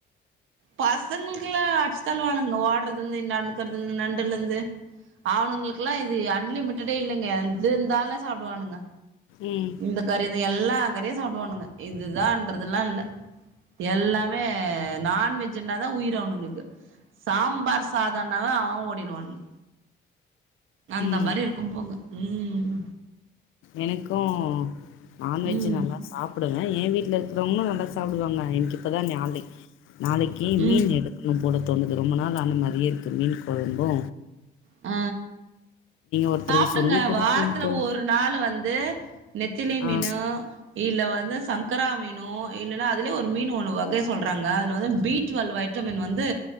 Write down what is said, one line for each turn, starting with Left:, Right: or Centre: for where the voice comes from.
Right: பசங்களுக்குலா அட்சுத்தள்ளுவானுங்க ஓடுறது இருந்து நடக்கறதுலந்து நண்டுலந்து அவனுங்களுக்குலா இது அன்லிமிட்டடே இல்லைங்க எது இருந்தாலே சாப்பிடுவானுங்க
Left: உம்
Right: இந்த கறி எல்லா கறியு சாப்பிடுவானுங்க இதுதான்றதுல்லா இல்ல எல்லாமே நான்வெஜ்ன்னாதா உயிரு அவனுங்குளுக்கு சாம்பார் சாதோன்னாவே அவ அவ ஓடிடுவானுங்க அந்த
Left: ம்
Right: மாரி இருக்கு போங்க உம்
Left: எனக்கு நான்வெஜு
Right: ம்
Left: நல்லா சாப்டுவே ஏன் வீட்ல இருக்குறவங்களு நல்லா சாப்டுவாங்க எனக் இப்பதா நாளை நாளைக்கு
Right: ம்
Left: மீன் எடு கணு போல தோணுது ரொம்ப நாள் ஆன மாரியே இருக்கு மீன் கொழம்பு
Right: ஆ
Left: ஒருத்தருக்கு
Right: சாப்டுங்க
Left: சொல்லி குடுப்பீங்க
Right: வாரத்துல
Left: போல
Right: ஒரு நாள் வந்து நெத்திலி
Left: ஆ
Right: மீனு இல்ல வந்து சங்கரா மீனோ இல்லனா அதுலே ஒரு மீனு ஒன்னு வகை சொல்றாங்க அதுல வந்து பீ டுவெல் வ ட்டமின் வந்து